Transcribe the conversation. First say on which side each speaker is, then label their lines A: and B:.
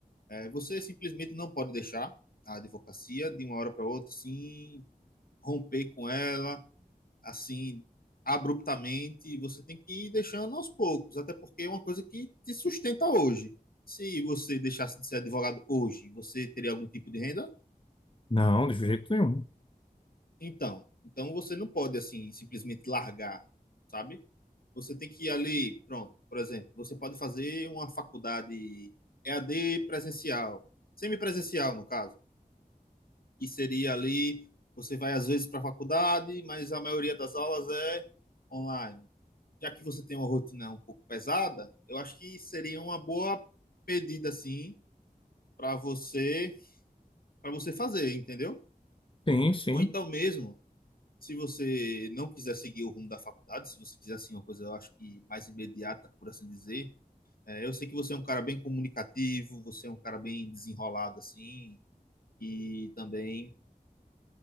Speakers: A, on the left; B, on the left.
A: É, você simplesmente não pode deixar a advocacia de uma hora para outra assim romper com ela assim abruptamente. Você tem que ir deixando aos poucos, até porque é uma coisa que te sustenta hoje. Se você deixasse de ser advogado hoje, você teria algum tipo de renda?
B: Não, de jeito nenhum.
A: Então, então você não pode assim simplesmente largar, sabe? Você tem que ir ali, pronto. Por exemplo, você pode fazer uma faculdade EAD presencial, semipresencial no caso. que seria ali, você vai às vezes para a faculdade, mas a maioria das aulas é online. Já que você tem uma rotina um pouco pesada, eu acho que seria uma boa pedida assim para você, para você fazer, entendeu?
B: Sim, sim.
A: Ou então mesmo, se você não quiser seguir o rumo da faculdade, se você quiser assim uma coisa, eu acho que mais imediata, por assim dizer, é, eu sei que você é um cara bem comunicativo, você é um cara bem desenrolado assim, e também